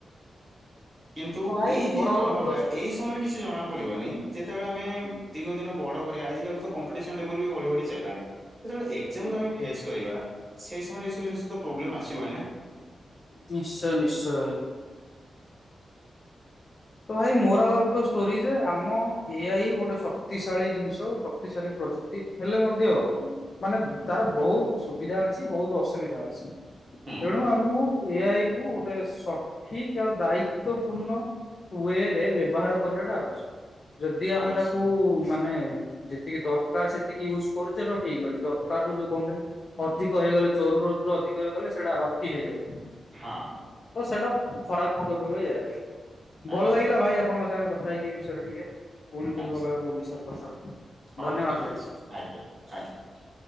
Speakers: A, on the right; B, on the left.
A: କିନ୍ତୁ
B: ତ ଭାଇ
A: ଏଇ
B: ମୋରାଲ
A: ଯେ ପ୍ରଭାବ
B: ଅଫ ଦ
A: ଟା ଏଇସ୍ ତମର କିଛି ଜଣା ପଡିବନି ଯେତେବେଳେ ଆମେ ଦିନୁ-ଦିନୁ ବଡ଼ କରିବା ଆଜ କାଲି ତ କମ୍ପିଟିସନ୍ ଲେବଲ ବି ବଢ଼ି-ବଢ଼ି ଚାିଲାଣି। ଯେତେବେଳେ ଏକ୍ଜାମକୁ
B: ଷ୍ଟୋରି
A: ଆମେ ଫେସ କରିବା ସେଇ ସମୟରେ ଏସବୁ ଜିନିଷ ତ ପ୍ରୋବ୍ଲେମ ଆସିବ ନା,
B: ନିଶ୍ଚୟ ନିଶ୍ଚୟ। ତ ଭାଇ ମୋର ଦ ଷ୍ଟୋରି ଯେ ଆମ ଏଆଇ ହି ଗୋଟେ ଶକ୍ତିଶାଳୀ ଜିନିଷ ସ, ସକ୍ତି ସଳି ପ୍ରଯୁକ୍ତି ହେଲେ ମଧ୍ୟ ମାନେ ତାର ବହୁତ ସୁବିଧା ଅଛି। ବହୁତ ଅସୁବିଧା ଅଛି
A: ହୁଁ
B: ତେଣୁ ଆମକୁ, ଏଆଇକୁ ଗୋଟେ ସଠିକ୍ ଆଉ ଦାୟିତ୍ୱ ପୂର୍ଣ୍ଣ, କୁଏରେ ବ୍ୟବହାର କରିବାଟା ଆବଶ୍ୟକ ଯଦି
A: ହଁ
B: ଆମେ
A: ନିଶ୍ଚୟ
B: ତାକୁ ମାନେ ଯେତିକି ଦରକାର ସେତିକି ୟୁଜ୍ କରୁଛେ ଠିକ୍ ଅଛି ଦରକାର ରୁ ଯୋଉ କହନ୍ତିନି ଅଧିକ ହେଇଗଲେ ଚୋର ରଦ୍ର ଅଧିକ ହେଇଗଲେ ସେଇଟା ଅତି ହେଇଯାଏ।
A: ହାଁ।
B: ତ ସେଇଟା ଖରାପ ପକେଇ ପକେଇ ଯାଏ। ଭଲ
A: ଆଜ୍ଞା
B: ଲାଗିଲା ଭାଇ ଆପଣଙ୍କ ସାଙ୍ଗରେ କଥା ହେଇକି ଏ ବିଷୟରେ ଟିକେ। ପୁଣି କେବେ
A: ଆଚ୍ଛା
B: ଅଲଗା କଉ ବିଷୟରେ କଥା
A: ହଉ
B: ଧନ୍ୟବାଦ
A: ଠିକ
B: ଭାଇ।
A: ଅଛି ଆଜ୍ଞା ଆଜ୍ଞା।